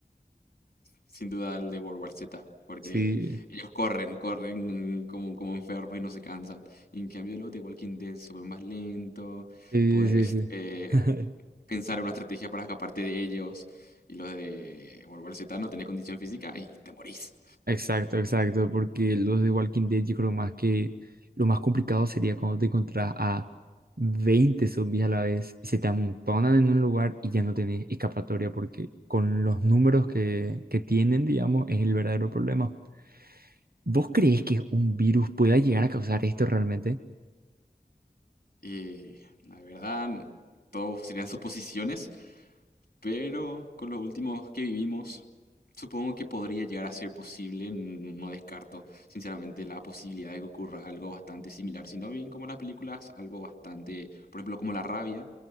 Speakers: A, on the left; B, on the right.
A: Sin duda el de World War Z, porque
B: Sí,
A: ellos corren, corren como, como enfermos y no se cansan. Y en cambio, los de Walking Dead se vuelven más lentos,
B: sí,
A: puedes
B: sí, sí.
A: eh,
B: <laughs>
A: pensar en una estrategia para escaparte de ellos. Y los de World War Z no tenés condición física y te morís.
B: Exacto, exacto, porque los de Walking Dead yo creo más que lo más complicado sería cuando te encontrás a 20 zombies a la vez y se te amontonan en un lugar y ya no tenés escapatoria porque con los números que, que tienen, digamos, es el verdadero problema. ¿Vos crees que un virus pueda llegar a causar esto realmente?
A: Y la verdad, todos serían suposiciones, Pero con los últimos que vivimos, supongo que podría llegar a ser posible. n- No descarto, sinceramente, la posibilidad de que ocurra algo bastante similar, sino bien como las películas, algo bastante, por ejemplo, como la rabia,